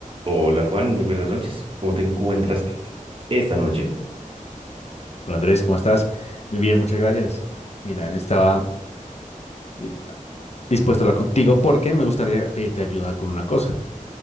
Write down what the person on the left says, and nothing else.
Hola Andrés, ¿cómo estás? Muy bien, muchas gracias. Mira, estaba di- dispuesto a hablar contigo porque me gustaría pedirte ayuda con una cosa.